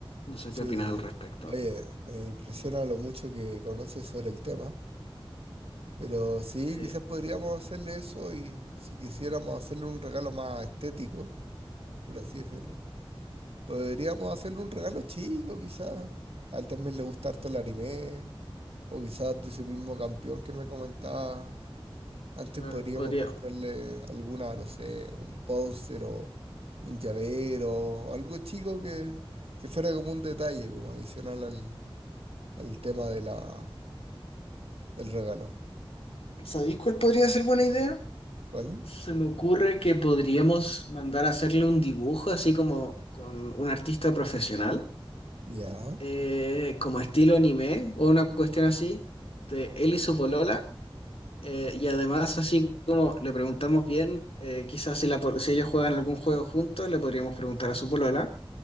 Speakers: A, on the left; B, on the right.
A: No sé
B: sí.
A: qué opinas al respecto.
B: Oye, me impresiona lo mucho que conoces sobre el tema, pero sí,
A: Eh,
B: quizás podríamos hacerle eso y si quisiéramos hacerle un regalo más estético, por así decirlo, podríamos hacerle un regalo chico, quizás. A él también le gusta harto el anime, o quizás de ese mismo campeón que me comentaba Antes
A: claro,
B: podríamos
A: podría.
B: comprarle alguna, no sé, un póster o un llavero o algo chico que, que fuera como un detalle, como adicional al, al tema de la, del regalo.
A: ¿Sabéis cuál podría ser buena idea?
B: ¿Cuál?
A: Se me ocurre que podríamos mandar a hacerle un dibujo así como con un artista profesional,
B: Ya.
A: eh, como estilo anime o una cuestión así, de él y su polola Eh, y además, así como le preguntamos bien, eh, quizás si, la, po- si ellos juegan algún juego juntos, le podríamos preguntar a su polola